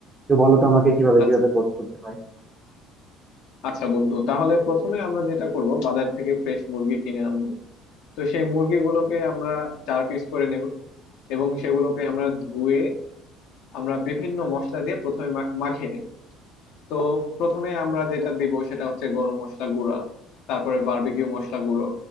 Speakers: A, on the right (about 20°); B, on the left (about 65°).
A: তো বলো তো আমাকে কিভাবে
B: আচ্ছা
A: কিভাবে কর- করতে হয়
B: আচ্ছা বন্ধু তাহলে প্রথমে আমরা যেটা করব বাজার থেকে ফ্রেশ মুরগি কিনে আনবো তো সেই মুরগিগুলোকে আমরা চার পিস করে নেব এবং সেগুলোকে আমরা ধুয়ে আমরা বিভিন্ন মশলা দিয়ে প্রথমে মা- মাখিয়ে নেব তো প্রথমে আমরা যেটা দিব সেটা হচ্ছে গরম মশলা গুঁড়া তারপরে বারবিকিউ মশলা গুঁড়ো